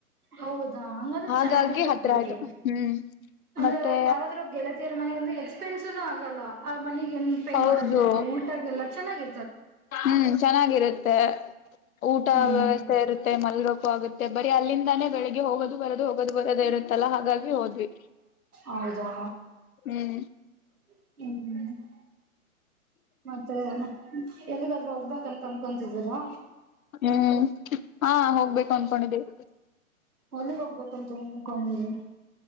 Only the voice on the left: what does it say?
ಹಾಗಾಗಿ
ಹತ್ರ
ಆಯ್ತು ಹ್ಮ್
ಮತ್ತೆ
ಹೌದು
ಹ್ಮ್ ಚೆನ್ನಾಗಿರುತ್ತೆ ಊಟ
ವ್ಯವಸ್ಥೆ ಇರುತ್ತೆ ಮಲ್ಗೋಕು ಆಗುತ್ತೆ ಬರಿ ಅಲ್ಲಿಂದಾನೇ ಬೆಳಗ್ಗೆ ಹೋಗೋದು ಬರೋದು ಹೋಗೋದು ಬರೋದೇ ಇರುತ್ತಲ್ಲ ಹಾಗಾಗಿ ಹೋದ್ವಿ
ಹ್ಮ್
ಹ್ಮ್ ಹಾ ಹೋಗ್ಬೇಕು ಅನ್ಕೊಂಡಿದ್ದೀವಿ.